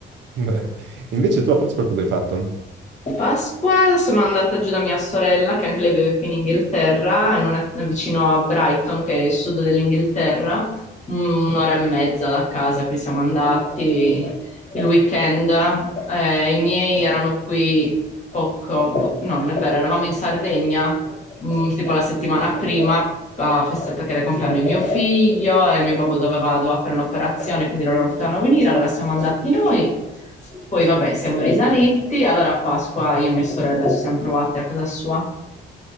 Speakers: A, on the right (about 65°); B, on the left (about 35°).
A: <laughs> Beh, Invece tu a Pasqua cosa hai fatto?
B: Pasqua sono andata giù da mia sorella, che anche lei vive qui in Inghilterra, in una- vicino a Brighton, che è il sud dell'Inghilterra, un- un'ora e mezza da casa, quindi siamo andati il weekend. Eh, I miei erano qui poco, po- no, non è vero, eravamo in Sardegna mh, tipo la settimana prima a feste- perché era il compleanno di mio figlio e mio babbo doveva, doveva fare un'operazione, quindi loro non potevano venire, allora siamo andati noi. Poi vabbè, siamo risaliti, allora a Pasqua io e mia sorella ci siamo trovate a casa sua.